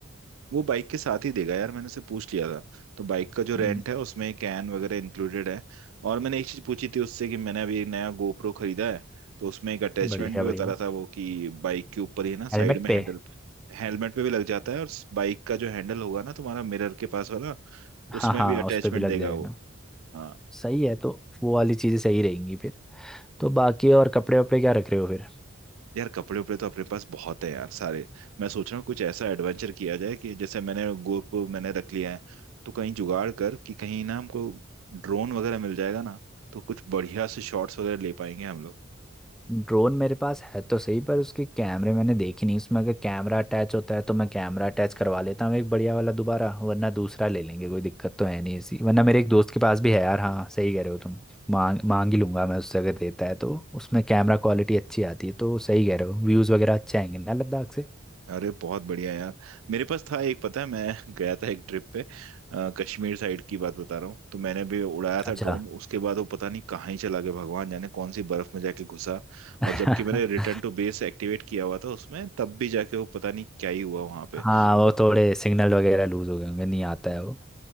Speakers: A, on the right; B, in the centre.
A: वो बाइक के साथ ही देगा यार मैंने उससे पूछ लिया था तो बाइक का जो रेंट
B: हम्म,
A: है उसमें कैन वगैरह इंक्लूडेड है और मैंने एक चीज पूछी थी उससे कि मैंने अभी एक नया गोप्रो खरीदा है तो उसमें एक अटैचमेंट
B: बढ़िया
A: भी
B: बढ़िया
A: बता रहा था वो कि बाइक के ऊपर ही ना साइड
B: हेलमेट
A: में
B: पे
A: हैंडल पे, हेलमेट पे भी लग जाता है और बाइक का जो हैंडल होगा ना तुम्हारा मिरर के पास वाला
B: हाँ
A: उसमें
B: हाँ
A: भी अटैचमेंट
B: उस पे भी लग
A: देगा
B: जाएगा
A: वो हाँ
B: सही है तो वो वाली चीज़ें सही रहेंगी फिर तो बाकी और कपड़े वपड़े क्या रख रहे हो फिर
A: यार कपड़े उपड़े तो अपने पास बहुत है यार सारे मैं सोच रहा हूँ कुछ ऐसा एडवेंचर किया जाए कि जैसे मैंने गोप मैंने रख लिया है तो कहीं जुगाड़ कर कि कहीं ना हमको ड्रोन वगैरह मिल जाएगा ना तो कुछ बढ़िया से शॉट्स वगैरह ले पाएंगे हम लोग
B: ड्रोन मेरे पास है तो सही पर उसके कैमरे मैंने देखे नहीं उसमें अगर कैमरा अटैच होता है तो मैं कैमरा अटैच करवा लेता हूँ एक बढ़िया वाला दोबारा वरना दूसरा ले लेंगे कोई दिक्कत तो है नहीं ऐसी वरना मेरे एक दोस्त के पास भी है यार हाँ सही कह रहे हो तुम मांग मांग ही लूंगा मैं उससे अगर देता है तो उसमें कैमरा क्वालिटी अच्छी आती है तो सही कह रहे हो व्यूज़ वगैरह अच्छे आएंगे ना लद्दाख से
A: अरे बहुत बढ़िया यार मेरे पास था एक पता है मैं <laughs> गया था एक ट्रिप पे अ, कश्मीर साइड की बात बता रहा हूँ तो मैंने भी उड़ाया
B: अच्छा
A: था ड्रोन उसके बाद वो पता नहीं कहाँ ही चला गया भगवान जाने कौन सी बर्फ में जाके घुसा
B: <laughs>
A: और जबकि मैंने रिटर्न टू बेस एक्टिवेट किया हुआ था उसमें तब भी जाके वो पता नहीं क्या ही हुआ वहां पे
B: हाँ वो
A: और
B: थोड़े सिग्नल वगैरह लूज हो गए होंगे नहीं आता है वो